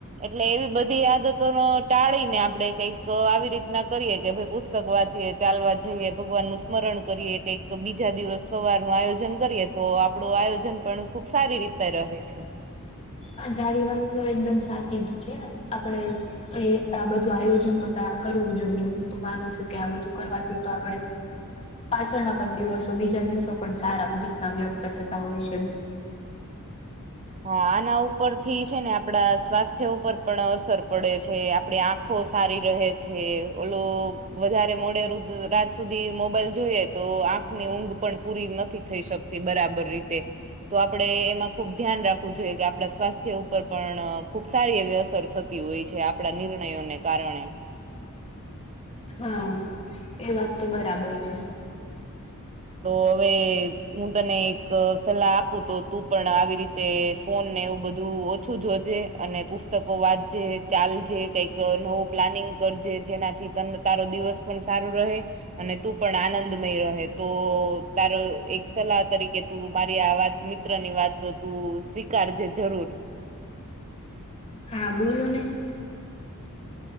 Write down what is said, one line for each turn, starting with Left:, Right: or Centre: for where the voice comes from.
Right: એટલે એવી બધી આદતો નો ટાળીને આપણે કંઈક આવી રીતના કરીએ કે ભાઈ પુસ્તકો વાંચીએ ચાલવા જઈએ, ભગવાનનું સ્મરણ કંઈક બીજા દિવસ સવારનું આયોજન કરીએ. તો આપણું આયોજન પણ ખુબ સારી રીતે રહે છે.
Left: આ તારી વાત તો એકદમ સાચી જ છે. આપણે એ આ બધું આયોજન તો ત્યાં કરવું જોઈએ હું તો માનું છું, કે આ બધું કરવાથી તો આપણે પાછળના પણ દિવસો બીજા દિવસો પણ સારા રીતના વ્યક્ત થતા હોય છે.
Right: હા આના ઉપરથી છે, ને આપણા સ્વાસ્થ્ય ઉપર પણ અસર પડે છે, આપણે આમ આંખો સારી રહે છે- ઓલું વધારે મોડે રાત સુધી મોબાઈલ જોઈએ તો આંખની ઊંઘ પણ પૂરી નથી થઈ શકતી. બરાબર રીતે તો આપણેે એમાં ખુબજ ધ્યાન રાખવું જોઈએ કે આપણા સ્વાસ્થ્ય ઉપર પણ ખૂબ સારી એવી અસર થતી હોય છે, આપણા નિર્ણયોને કારણે.
Left: હા એ વાત તો બરાબર છે.
Right: તો હવે હું તને એક સલાહ આપું તો તું પણ આવી રીતે ફોન ને એવું બધું ઓછું જોજે અને પુસ્તકો વાંચજે, ચાલજે, કંઈક નવું પ્લાનિંગ કરજે જેનાથી તારો દિવસ પણ સારું રહે અને તું પણ આનંદમય રહે. તો તારી એક સલાહ તરીકે તું મારી આ વાત મિત્ર ની વાત તો તું સ્વીકારજે જરૂર.
Left: હા બોલોને.